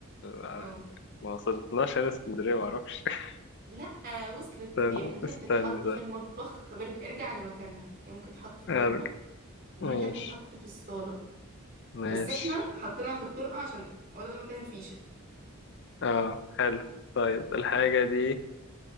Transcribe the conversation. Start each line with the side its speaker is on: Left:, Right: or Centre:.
Left: يعني
Right: اه
Left: ما وصلتناش هنا اسكندرية معرفش <laughs>
Right: لا وصلت
Left: استنى
Right: يعني ممكن
Left: استنى
Right: تتحط
Left: ده
Right: في المطبخ طب ارج- ارجع لمكانها يعني ممكن تتحط في المطبخ
Left: أرجع.
Right: وممكن
Left: ماشي
Right: تتحط في الصالة
Left: ماشي
Right: بس احنا حطيناها في الطرقة عشان هو ده مكان الفيشة
Left: اه حلو طيب الحاجة دي